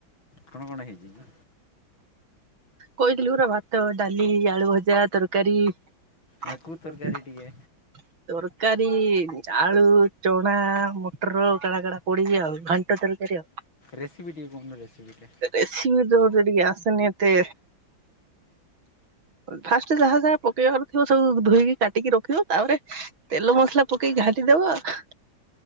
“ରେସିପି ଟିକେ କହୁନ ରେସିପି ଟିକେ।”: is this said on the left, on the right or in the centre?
Left